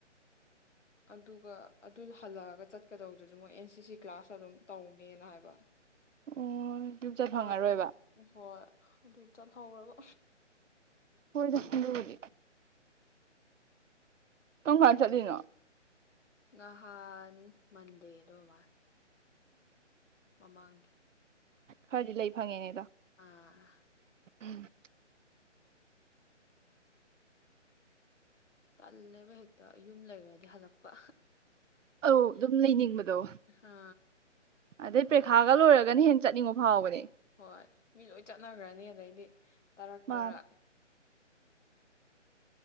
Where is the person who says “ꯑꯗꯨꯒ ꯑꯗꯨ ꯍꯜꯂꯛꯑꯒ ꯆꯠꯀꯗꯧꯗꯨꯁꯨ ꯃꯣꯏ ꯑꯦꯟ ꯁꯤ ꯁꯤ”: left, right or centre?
Left